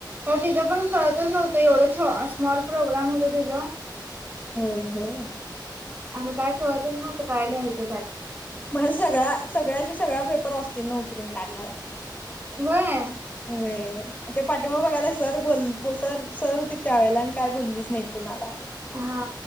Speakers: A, on the right; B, on the left.
A: हो तिजा पण कळतच नव्हतं एवढं छ स्मॉल प्रोग्राम होता तिजा
B: व्होय, व्होयरं?
A: आणि काय कळतच नव्हतं काय लिहायचं त्यात
B: माझा सगळा सगळाच्या सगळा पेपर ऑस्टीन उतरून काढलाय
A: व्हय?
B: व्हय ते पाठिमाग बघायला सर बोल सर -सर होतीत त्या वेळेला आणि काय बोललीच नाही कुणाला.
A: हा